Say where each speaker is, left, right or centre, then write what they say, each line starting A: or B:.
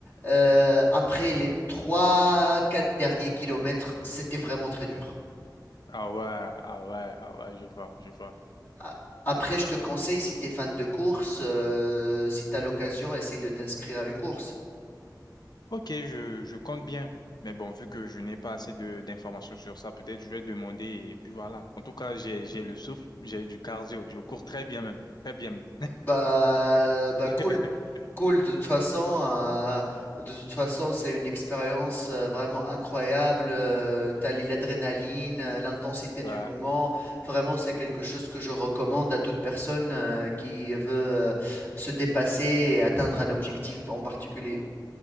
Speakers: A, on the left; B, on the left.
A: Euh, après les trois quatre derniers kilomètres, c'était vraiment très dur.
B: Ah ouais, ah ouais, ah ouais, je vois, je vois.
A: A- Après, je te conseille, si tu es fan de course, euh, si tu as l'occasion, essaye de t'inscrire à une course.
B: Ok, je, je compte bien. Mais bon, vu que je n'ai pas assez de d'informations sur ça, peut-être je vais demander et puis voilà. En tout cas, j'ai, j'ai le souffle, j'ai du cardio, je cours très bien même, très bien même.
A: Bah, euh, bah
B: <laughs>
A: cool, cool. De toute façon, euh, de toute façon, c'est une expérience euh, vraiment incroyable. Euh, t'as li- l'adrénaline, euh, l'intensité
B: Ouais.
A: du moment. Vraiment, c'est quelque chose que je recommande à toute personne euh, qui veut euh, se dépasser et atteindre un objectif en particulier.